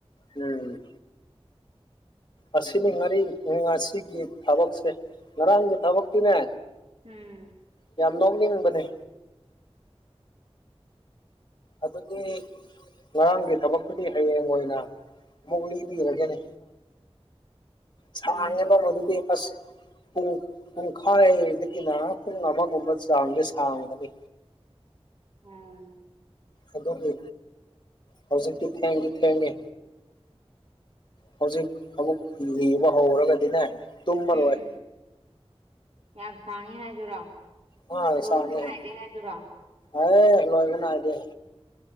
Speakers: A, on the left; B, on the right.
A: ꯎꯝ ꯑꯁꯤꯅꯤ ꯉꯔꯤ ꯉꯁꯤꯒꯤ ꯊꯕꯛꯁꯦ ꯉꯔꯥꯡꯒꯤ ꯊꯕꯛꯇꯤꯅꯦ
B: ꯎꯝ
A: ꯌꯥꯝ ꯅꯣꯛꯅꯤꯡꯕꯅꯦ ꯑꯗꯨꯗꯤ ꯉꯔꯥꯡꯒꯤ ꯊꯕꯛꯇꯨꯗꯤ ꯍꯌꯦꯡ ꯑꯣꯏꯅ ꯑꯃꯨꯛ ꯂꯤꯕꯤꯔꯒꯅꯤ ꯆꯅꯕ
B: ꯎꯝ
A: ꯃꯗꯨꯕꯤꯁ ꯄꯨꯡ ꯄꯨꯡꯈꯥꯏꯗꯒꯤꯅ ꯄꯨꯡ ꯑꯃꯒꯨꯝꯕ ꯆꯥꯡꯁꯦ ꯁꯥꯡꯒꯅꯤ
B: ꯎꯝ
A: ꯑꯗꯨꯗꯤ ꯍꯧꯖꯤꯛꯇꯤ ꯊꯦꯡꯗꯤ ꯊꯦꯡꯉꯦ ꯍꯧꯖꯤꯛ ꯑꯃꯨꯛ ꯂꯤꯕ ꯍꯧꯔꯒꯗꯤꯅꯦ ꯇꯨꯝꯃꯔꯣꯏ
B: ꯎꯝ ꯌꯥꯝ ꯁꯥꯡꯉꯤ ꯍꯥꯏꯗꯨꯔꯣ
A: ꯑ
B: ꯔꯣꯖ
A: ꯁꯥꯡꯉꯦ
B: ꯅꯥꯏꯗ ꯏꯗꯔꯥ
A: ꯑꯦ ꯂꯣꯏꯕꯅ ꯍꯥꯏꯗ